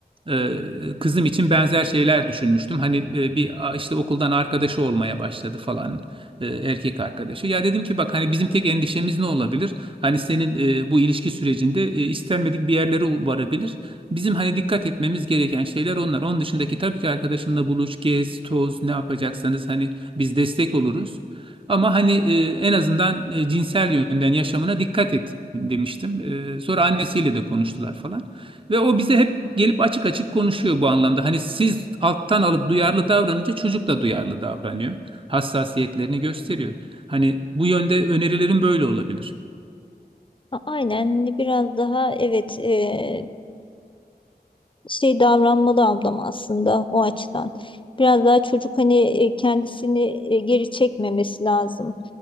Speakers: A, on the right; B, on the left.
A: e, kızım için benzer şeyler düşünmüştüm. Hani e, bir a, işte okuldan arkadaşı olmaya başladı falan e, erkek arkadaşı. Ya dedim ki bak hani bizim tek endişemiz ne olabilir? Hani senin e, bu ilişki sürecinde e, istenmedik bir yerlere varabilir. Bizim hani dikkat etmemiz gereken şeyler onlar. Onun dışındaki tabii ki arkadaşınla buluş, gez, toz ne yapacaksanız hani biz destek oluruz. Ama hani e, en azından e, cinsel yönden yaşamına dikkat et demiştim. E, sonra annesiyle de konuştular falan. Ve o bize hep gelip açık açık konuşuyor bu anlamda. Hani siz alttan alıp duyarlı davranınca çocuk da duyarlı davranıyor hassasiyetlerini gösteriyor. Hani bu yönde önerilerim böyle olabilir.
B: A- Aynen hani biraz daha evet eh, şey davranmalı ablam aslında o açıdan. Biraz daha çocuk hani e, kendisini e, geri çekmemesi lazım.